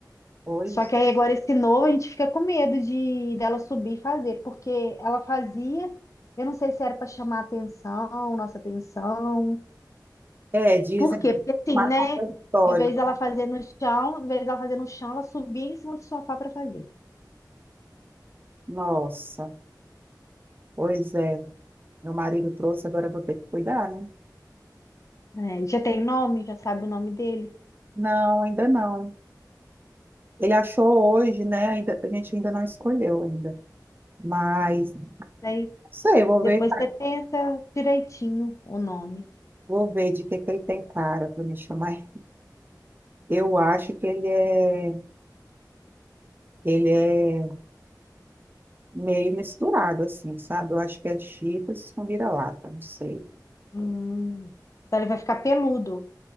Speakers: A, on the right (about 30°); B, on the left (about 45°).
A: Pois.
B: Só que aí agora esse novo a gente fica com medo de dela subir e fazer, porque ela fazia, eu não sei se era para chamar atenção, nossa atenção.
A: É, dizem
B: Por quê?
A: que
B: Porque assim,
A: Marca
B: né?
A: o território,
B: Em vez dela
A: né?
B: fazer no chão, em vez dela fazer no chão, ela subia em cima do sofá para fazer.
A: Nossa, pois é. Meu marido trouxe, agora eu vou ter que cuidar, né?
B: É, já tem nome, já sabe o nome dele.
A: Não, ainda não. Ele achou hoje, né? Ainda, a gente ainda não escolheu ainda. Mas, não
B: Aí
A: sei, eu vou
B: depois
A: ver,
B: você pensa direitinho o nome.
A: vou ver de que que ele tem cara para me chamar. Eu acho que ele é, ele é meio misturado, assim, sabe? Eu acho que é chips com vira-lata, não sei.
B: Hum, Então ele vai ficar peludo,